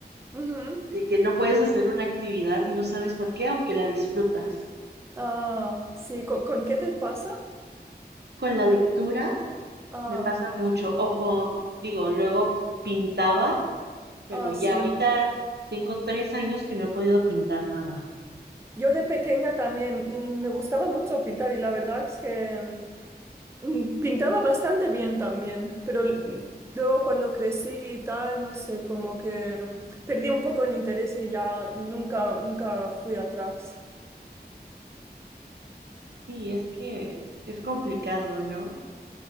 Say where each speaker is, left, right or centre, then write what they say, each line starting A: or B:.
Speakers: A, on the right (about 15°); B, on the right (about 80°).
A: Ujú.
B: de que no puedes hacer una actividad y no sabes por qué, aunque la disfrutas.
A: Ah, sí, ¿con, con qué te pasa?
B: Con la lectura.
A: Ah,
B: me pasa mucho. O con, digo, luego pintaba, pero
A: ah,
B: ya
A: sí.
B: ahorita tengo tres años que no he podido pintar nada.
A: Yo de pequeña también mm, me gustaba mucho pintar y la verdad es que mm, pintaba bastante bien también, pero mm, luego cuando crecí y tal, no sé, como que mm, perdí un poco el interés y ya nunca, nunca fui atrás. <laughs>
B: Sí, es que es complicado, ¿no?